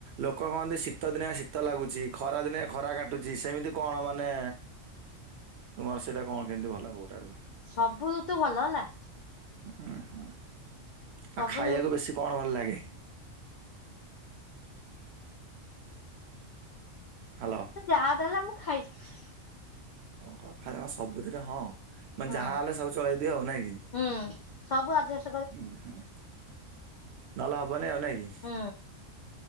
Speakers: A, on the right (about 65°); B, on the left (about 75°).
A: ଲୋକ କହନ୍ତି ଶୀତ ଦିନେ ଶୀତ ଲାଗୁଛି ଖରା ଦିନେ ଖରା କାଟୁଛି ସେମିତି କଣ ମାନେ
B: <inaudible>
A: ତୁମର ସେଇଟା କଣ କେମିତି ଭଲ କୋଉଟା?
B: ସବୁ ଋତୁ ଭଲ ହେଲା।
A: ଉୁଁ ହୁଁ ଆଉ
B: ସବୁ
A: ଖାଇବାକୁ ବେଶୀ କଣ ଭଲ ଲାଗେ? ହାଲୋ।
B: ଯାହା ଦେଲେ ମୁଁ ଖାଇଛି।
A: କଣ ଖାଅ ସବୁଥିରେ ହଁ ମାନେ
B: ହଁ
A: ଯାହା ହେଲେ ସବୁ ଚଳେଇ ଦିଅ ଆଉ ନାଇଁ କି?
B: ହୁଁ ସବୁ ଆଜେଷ୍ଟ।
A: ହୁଁ ହୁଁ ନହଲେ ହବନି ଆଉ ନାଇଁ କି?
B: ହୁଁ।